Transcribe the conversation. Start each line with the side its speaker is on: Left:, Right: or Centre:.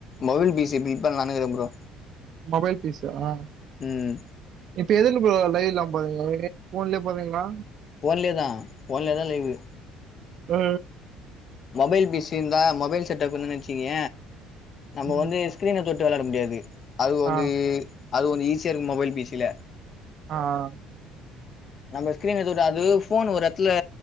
Left: மொபைல் பி சி ப்ப <unintelligible> ப்ரோ
Right: மொபைல் பி சி ஆ
Left: ம்
Right: இப்ப எதுல ப்ரோ லைவ் லா போன்லயே போட்றிங்களா
Left: போன்லேயேதா போன்லயதா லைவு
Right: ஆ
Left: மொபைல் பிசி இருந்தா மொபைல் செட் அப் இருந்துச்சிதா வச்சீங்க நம்ம
Right: ம்.
Left: வந்து ஸ்கிரீன தொட் டு வெளாட முடியாது அது
Right: ஆ,
Left: வந்து அது ஈஸியா இருக்கு மொபைல் பிசில
Right: ஆ ஆ
Left: நம்ம ஸ்கீரின் அது போன் ஒரு எத்துல